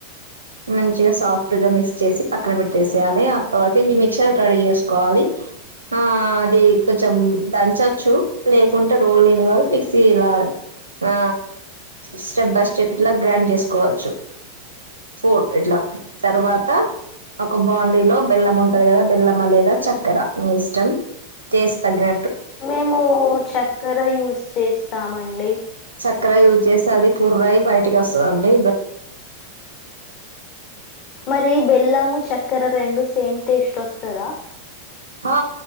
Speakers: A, on the right; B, on the left.
A: మంచిగా సాఫ్ట్ టీలో మిక్స్ చేసి పక్కన పెట్టేసేయాలి అప్పటివరకు ఈ మిక్సర్ రెడీ చేసుకోవాలి ఆ అది కొంచెం దంచచ్చు లేకుంటే రోల్ లేని వాళ్ళు మిక్సీ ఇలా ఆ స్టెప్ బై స్టెప్ ఇట్లా గ్రైండ్ చేసుకోవచ్చు ఫోల్ ఇట్లా తర్వాత ఒక బాండీలో బెల్లం ఉంటది కదా బెల్లమా లేదా చక్కెర మీ ఇష్టం టేస్ట్ తగ్గర
B: మేము చక్కెర యూస్ చేస్తామండి
A: ఇక్కడ యూజ్ చేసి అది పుర్రయి బయటికి వస్త దండి
B: మరి బెల్లము చక్కెర రెండు సేమ్ టేస్ట్ వస్తదా
A: ఆ